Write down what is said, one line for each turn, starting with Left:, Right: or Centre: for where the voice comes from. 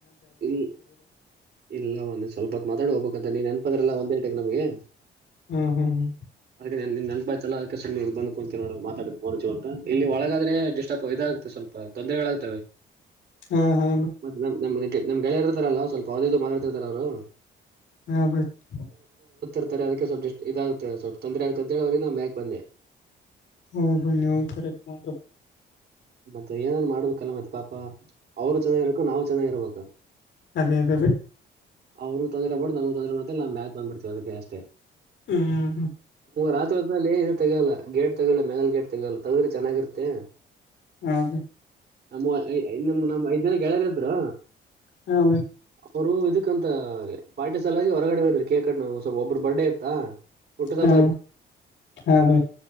Right: ಇ ಇಲ್ಲ ಒನ್ನಿ ಸ್ವಲ್ಪ ಹೊತ್ ಮಾತಾಡ್ ಹೋಗ್ಬೇಕಂತ ನೀನ್ ನೆನ್ಪದ್ರಲ್ಲ ಒಂದೇಟಕ್ ನಮಗೆ
Left: ಹ್ಮ್ ಹ್ಮ್ ಹ್ಮ್
Right: ನೀ -ನೀ ನೆಪಾಯತಲ್ಲ ಅದಕ್ಕೆ ಸುಮ್ನೆ ಇಲ್ ಬಂದ್ ಕುಂತಿ ನೋಡ ಮಾತಾಡೋ ಫೋನ್ ಜೋ ಇಲ್ಲಿ ಒಳಗಾದ್ರೆ ಡಿಸ್ಟಾಪ್ ಇದಾಗತ್ತೆ ಸ್ವಲ್ಪ ತೊಂದರೆಗಳಾಗ್ತವೆ
Left: ಹಾ ಹಾ
Right: ಮತ್ ನಮ್ ನಮ್ ನಮ್ ಗೆಳಯಾರ್ ಇರ್ತಾರಲ್ಲ ಸ್ವಲ್ಪ ಅದಿದು ಮಾತಾತಿರ್ತಾರ ಅವರು
Left: ಹಾ ಬ <unintelligible>
Right: ರ್ತಾರೆ ಅದಕ್ಕೆ ಸ್ವಲ್ಪ ಎಷ್ಟ ಇದಾಗುತ್ತೆ ಸ್ವಲ್ಪ ತೊಂದರೆ ಆಗುತ್ತೆ ಅಂತ ಹೇಳವ್ರ ನ ಮ್ಯಾಾಗೆ ಬಂದೆ
Left: ಹೌ ಬನ್ನ ಎವ್ ಕರ ಮ <unintelligible>
Right: ಮತ್ತೆ ಏನಾದ್ರು ಮಾಡ್ಬೇಕಲ್ಲ ಮತ್ತೆ ಪಾಪ ಅವರು ಚೆನ್ನಾಗಿರಬೇಕು ನಾವು ಚೆನ್ನಾಗಿರ್ಬೇಕಾ
Left: ಅದೇ ಅದೇ
Right: ಅವರು ತೊಂದ್ರೆ ಮಾಡೋಡ ನ ತೊಂದ್ರೆ ಮಾಡ್ತ್ರ್ ನಾ ಮ್ಯಾಕ್ ಬಂಡ್ಬುಟ್ ಅದಕ್ಕೆ ಅಷ್ಟೇ
Left: ಹ್ಮ್ ಹ್ಮ್ ಹ್ಮ್
Right: ರಾತ್ರಿ ಹೊತ್ನಲ್ಲಿ ಇ ಗೇಟ್ ತಗೊಳಿ ಮೇಲೆ ಗೇಟ್ ತಗೊಳಿ ತಗೊಳಿ ಚೆನ್ನಾಗಿರುತ್ತೆ
Left: ಹ ಹ <unintelligible>
Right: ನಮ್ಮ ಐ- ಐ- ನಮ್ ನಮ್ ಐದ್ ಜನ ಗೆಳೆಯರ್ ಇದ್ರು
Left: ಹಾ ಬೈ
Right: ಅವರು ಇದಕ್ಕಂತ ಪಾರ್ಟಿಸಲಾಗಿ ಹೊರಗಡೆ ಹದ್ರ ಕೇಕ್ ಒಬ್ಬರು ಬರ್ಡೇ ಇತ್ತಾ ಹುಟ್ಟಿದ
Left: ಹಾ
Right: ಹಬ್ಬ
Left: ಹಾ ಬ